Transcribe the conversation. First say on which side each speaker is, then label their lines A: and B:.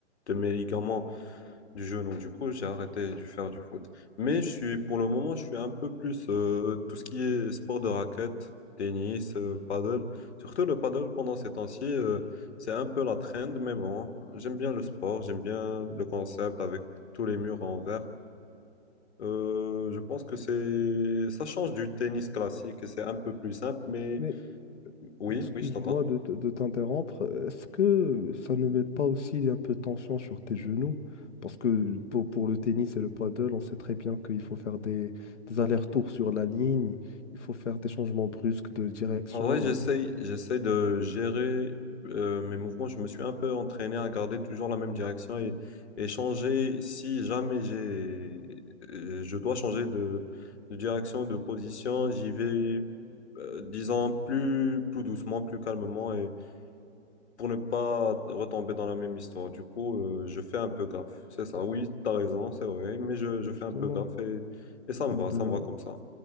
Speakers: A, on the left (about 65°); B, on the left (about 80°).
A: de mes ligaments du jeu. Donc, du coup, j'ai arrêté de faire du foot. Mais je suis, pour le moment, je suis un peu plus euh, tout ce qui est sport de raquette, tennis, euh, paddle. Surtout le paddle pendant ces temps-ci, euh, c'est un peu la trend, mais bon, j'aime bien le sport, j'aime bien le concept avec tous les murs en verre. Euh, je pense que c'est ça change du tennis classique et c'est un peu plus simple, mais
B: Mais
A: oui,
B: excuse-moi
A: oui, je t'entends.
B: de, te- de t'interrompre. Est-ce que ça ne met pas aussi un peu de tension sur tes genoux? Parce que pour, pour le tennis et le paddle, on sait très bien qu'il faut faire des, des allers-retours sur la ligne, il faut faire des changements brusques de direction.
A: En vrai, j'essaye, j'essaye de gérer euh, mes mouvements. Je me suis un peu entraîné à garder toujours la même direction et, et changer si jamais j'ai, euh, je dois changer de, de direction, de position. J'y vais, euh, disons, plus, plus doucement, plus calmement et pour ne pas retomber dans la même histoire. Du coup, euh, je fais un peu gaffe. C'est ça. Oui, t'as raison, c'est vrai, mais je, je
B: Justement,
A: fais un peu gaffe et, et ça me
B: euh,
A: va,
B: ben,
A: ça me va comme ça.